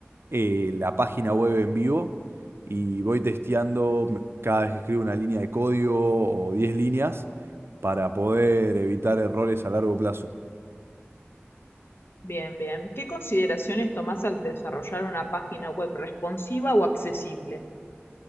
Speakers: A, on the right; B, on the left.
A: eh, la página web en vivo y voy testeando m- cada vez que escribo una línea de código o 10 líneas para poder evitar errores a largo plazo.
B: Bien, bien. ¿Qué consideraciones tomás al desarrollar una página web responsiva o accesible?